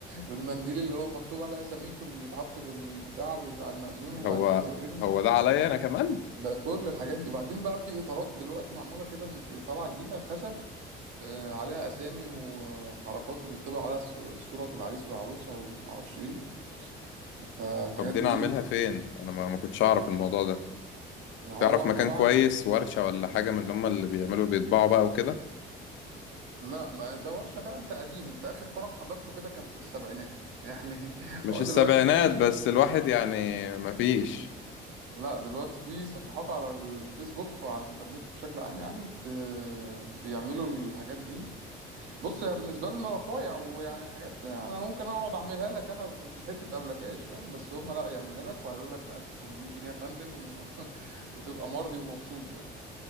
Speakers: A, on the right; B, on the left.
A: والمنديل اللي هو مكتوب عليه أساميكو اللي بيتحط في البتاع بتاع المأذون وبعد
B: هو
A: كده بيترمي
B: هو ده عليا انا كمان
A: ده كل الحاجات دي وبعدين بقى في إطارات دلوقتي معمولة كده طالعة جديدة خشب آه، عليها اسامي وحركاته بيطبع عليها ص- صورة العريس والعروسة ومعرفش ايه فالحاجات
B: طب دي
A: دي
B: انا اعملها فين انا ما ما كنتش اعرف الموضوع ده
A: ما هو
B: تعرف
A: احنا
B: مكان
A: بقى
B: كويس ورشة ولا حاجة من اللي هم اللي بيعملوا بيطبعوا بقى وكده
A: لا ما ده ورشة ده انت قديم انت اخر فرح حضرته كده كان في السبعينات <laughs> يعني
B: مش
A: هو
B: السبعينات
A: دلوقتي في
B: بس الواحد يعني ما فيش
A: لا دلوقتي في صفحات على الفيسبوك وعلى الانترنت بشكل عام يعني ت... بيعملوا الحاجات دي بص هي بالنسبه لنا رفايع ويعني حاجات انا ممكن اقعد اعملها لك انا بحته ابلكاش فاهم بس هم لا يعملها لك وهيقول لك ب 1800 جنيه يا فندم و... <laughs> وتبقى مرضي ومبسوط يعني